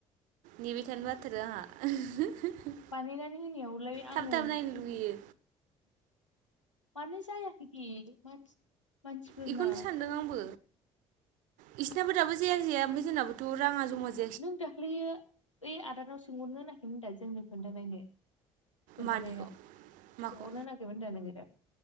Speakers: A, on the right; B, on the left.
A: नैबिथायानो बाथारो आंहा
B: बानायनानै होनायावलाय
A: थाब
B: आङो
A: थाब नायनो लुगैयो
B: मानो जायाखैदि मानसि मानसिफोरना
A: बेखौनोथ सानदों आंबो बिसोरनाब दाबो जायाानो जाया ओमफ्राय जोंनाबोथ' राङा जमा जायो
B: नों दाख्लैयो ओइ आदानाव सोंहरनो नाखैमोनदा जोंनो खोन्थानायनो खोन्थानायनाव
A: मानिखौ माखौ
B: सोंहरनो नागिरमोन दा नोङो दा